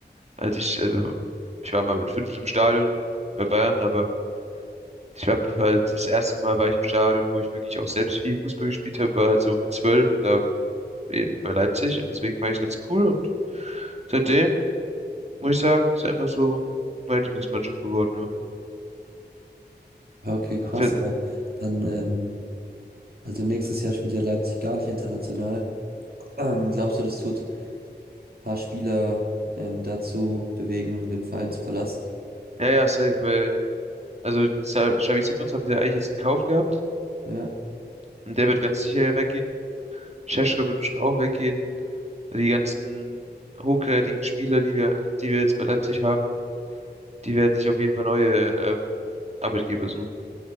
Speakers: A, on the right (about 40°); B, on the right (about 60°).
A: als ich, also, ich war mal mit fünf im Stadion bei Bayern, aber ich habe halt, das erste Mal war ich im Stadion, wo ich wirklich auch selbst viel Fußball gespielt habe, war halt so mit zwölf und da eben bei Leipzig und deswegen fand ich es ganz cool und seitdem, muss ich sagen, ist einfach so meine Lieblingsmannschaft geworden, ja.
B: Ja, Okay, krass,
A: Fe-
B: aber dann, ähm, also nächstes Jahr spielt ja Leipzig gar nicht international. Ähm, glaubst du, das tut ein paar Spieler ähm, dazu bewegen, den Verein zu verlassen?
A: Ja, ja, safe, weil, also, Xa- Xavi Simons haben sie ja eigentlich jetzt gekauft gehabt
B: Ja.
A: und der wird ganz sicher ja weggehen. Šeško wird bestimmt auch weggehen. Die ganzen hochkarätigen Spieler, die wir, die wir jetzt bei Leipzig haben, die werden sich auf jeden Fall neue ähm, Arbeitgeber suchen.